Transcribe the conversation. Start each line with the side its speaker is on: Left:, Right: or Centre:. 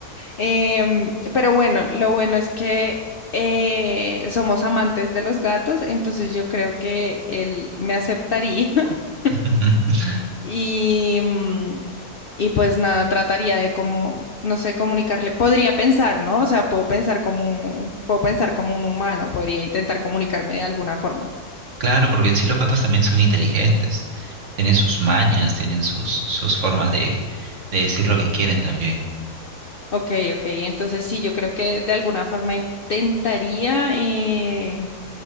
Left: Em, pero bueno, lo bueno es que eh, somos amantes de los gatos, entonces yo creo que él me aceptaría <laughs>
Right: <laughs>
Left: y, mm, y pues nada, trataría de como, no sé, comunicarle. Podría pensar, ¿no? O sea, puedo pensar como un- puedo pensar como un humano, podría intentar comunicarme de alguna forma.
Right: Claro, porque en sí los gatos también son inteligentes, tienen sus mañas, tienen sus, sus formas de, de decir lo que quieren también.
Left: Ok, ok, entonces sí, yo creo que de alguna forma intentaría eh,